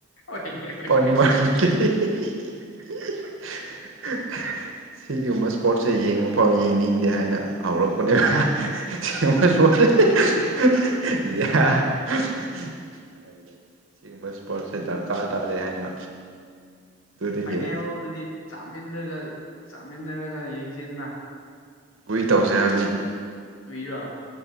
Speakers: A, on the left; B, on the right.
A: ꯍꯣꯏꯅꯦ ꯍꯣꯏꯅꯦ
B: ꯄꯥꯡꯃꯟꯈꯤ <unintelligible> ꯁꯤꯒꯨꯝꯕ ꯁꯄꯣꯔꯠꯁꯦ ꯌꯦꯡꯕ ꯐꯥꯎ ꯌꯦꯡꯅꯤꯡꯗꯦ ꯍꯥꯏꯅ ꯍꯧꯔꯛꯄꯅꯦꯕ ꯁꯤꯒꯨꯝꯕ ꯏꯁꯄꯣꯔꯠꯁꯦ
A: <unintelligible>
B: <unintelligible> ꯌꯥ <unintelligible> ꯁꯤꯒꯨꯝꯕ ꯏꯁꯄꯣꯔꯠꯁꯦ ꯗꯔꯀꯥꯔ ꯇꯥꯗꯦ ꯍꯥꯏꯅ ꯑꯗꯨꯗꯒꯤ
A: ꯐꯥꯏꯅꯦꯜꯗꯗꯤ ꯆꯥꯃꯤꯟꯅꯔꯒ ꯆꯥꯃꯤꯟꯅꯔꯒ ꯌꯦꯡꯁꯤꯗꯅ
B: ꯍꯨꯏ ꯇꯧꯁꯦ ꯍꯥꯏꯕꯅꯤ
A: ꯍꯨꯏꯔꯣ